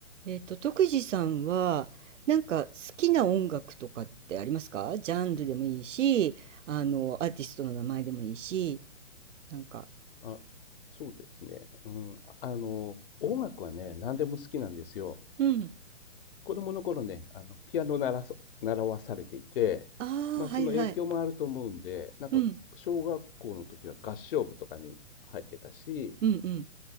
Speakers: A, on the right; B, on the left.
A: えっと、徳次さんは、なんか好きな音楽とかってありますかジャンルでもいいし、あの、アーティストの名前でもいいし、なんか、
B: あ、そうですね。うん。ああの、音楽はね、何でも好きなんですよ。
A: うん。
B: 子供の頃ね、あの、ピアノなそ習わされていて、
A: ああ、
B: まあ、
A: はいはい。
B: その影響もあると思うんで、なんか、
A: うん、
B: 小学校の時は合唱部とかに入ってたし、
A: うん、うん。